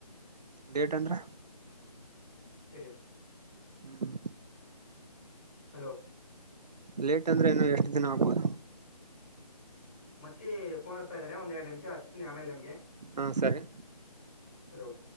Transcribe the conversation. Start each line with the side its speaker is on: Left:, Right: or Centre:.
Right: ಲೇಟ್ ಅಂದ್ರ
Centre: <unintelligible>
Right: ಹ್ಮ್
Centre: ಹಲೋ
Right: ಲೇಟ್ ಅಂದ್ರೆ ಇನ್ನು ಎಷ್ಟ್ ದಿನ ಆಗ್ಬೋದು
Centre: ನಮ್ಮತ್ತಿ ಪೋನ್ ಹಚ್ತಾ ಇದಾರೆ ಒಂದೆರಡ್ ನಿಮಿಷ ಹಚ್ತಿನಿ ಆಮೇಲೆ ನಿಮ್ಗೆ
Right: ಹಾ ಸರಿ
Centre: ಹಾ ಸರಿ ಓಕೆ